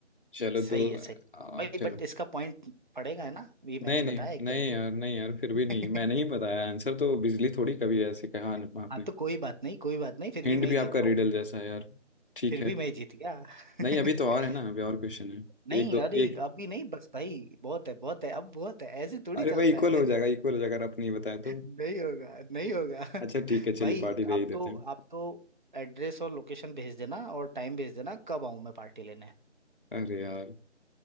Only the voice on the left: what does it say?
चलो
दो
आ,
चलो
नहीं
नहीं
नहीं
यार नहीं यार फिर भी नहीं
मैंने ही बताया आंसर तो बिजली थोड़ी कभी ऐसे कहा
आपने
हिंट
भी
आपका
रिडल
जैसा है यार ठीक
है
नहीं अभी तो और है ना अभी और क्वेश्चन है
एक दो
एक
अरे भाई
इक्वल
हो जाएगा
इक्वल हो जाएगा अगर आपने बताया तो
अच्छा ठीक है चलिए
पार्टी दे
ही देते
हैं
अरे यार